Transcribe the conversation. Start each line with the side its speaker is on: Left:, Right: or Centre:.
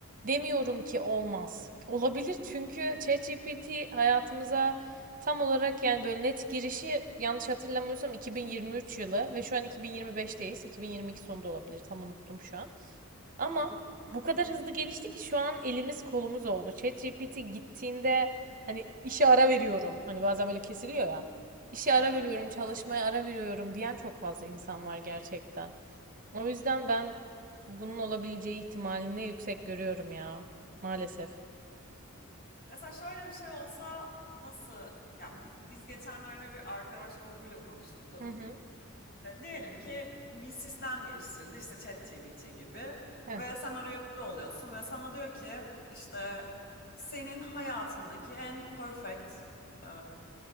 Right: demiyorum ki olmaz. Olabilir çünkü ChatGPT hayatımıza tam olarak yani böyle net girişi yanlış hatırlamıyorsam 2023 yılı ve şu an 2025'teyiz. 2022 sonunda olabilir tam unuttum şu an. Ama
Left: Hı hı. Hı
Right: bu
Left: hı.
Right: kadar hızlı gelişti ki şu an elimiz kolumuz oldu. ChatGPT gittiğinde hani işe ara veriyorum. Hani bazen böyle kesiliyor ya. İşe ara
Left: Evet.
Right: veriyorum, çalışmaya ara veriyorum diyen çok fazla insan var gerçekten. O yüzden
Left: Çok.
Right: ben bunun olabileceği ihtimalini yüksek görüyorum ya. Maalesef.
Left: Mesela şöyle bir şey olsa nasıl yani biz geçenlerde bir arkadaş grubuyla konuştuk da
Right: Hı
Left: bunu.
Right: hı.
Left: E, diyelim ki bir sistem geliştirildi işte ChatGPT gibi
Right: Heh,
Left: ve sen oraya üye oluyorsun ve sana diyor ki işte senin hayatındaki en perfect e,